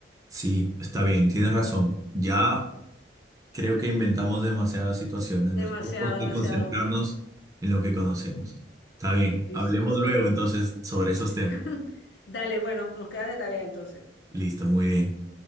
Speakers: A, on the right; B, on the left.
A: Sí, está bien, tienes razón. Ya Creo que inventamos demasiadas situaciones. Mejor
B: Demasiado,
A: vamos
B: demasiado.
A: a concentrarnos en lo que conocemos. Está bien,
B: Y
A: hablemos
B: sí, sí.
A: luego entonces sobre esos
B: <laughs>
A: temas.
B: Dale, bueno, nos queda de tarea entonces.
A: Listo, muy bien.